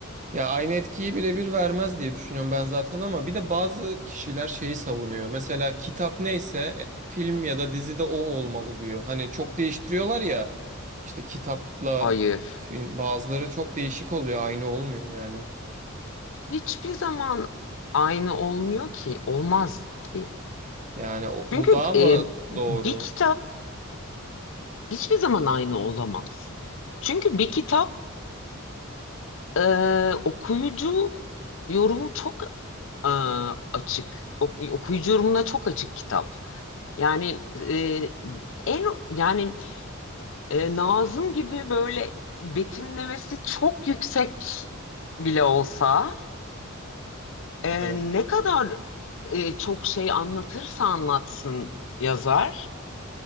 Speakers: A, on the right; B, on the left.
A: Ya aynı etkiyi birebir vermez diye düşünüyorum ben zaten ama bir de bazı kişiler şeyi savunuyor. Mesela kitap neyse e, film ya da dizide o olmalı diyor. Hani çok değiştiriyorlar ya işte kitapla
B: Hayır.
A: film bazıları çok değişik oluyor aynı olmuyor yani.
B: Hiçbir zaman aynı olmuyor ki, olmaz ki.
A: Yani o-
B: Çünkü
A: bu daha mı
B: e,
A: doğru?
B: bir kitap hiçbir zaman aynı olamaz. Çünkü bir kitapta e, okuyucu yorumu çok e, açık. Ok- Okuyucu yorumuna çok açık kitap. Yani e, en yani e, Nazım gibi böyle betimlemesi çok yüksek bile olsa Ee,
A: Evet.
B: ne kadar e, çok şey anlatırsa anlatsın yazar,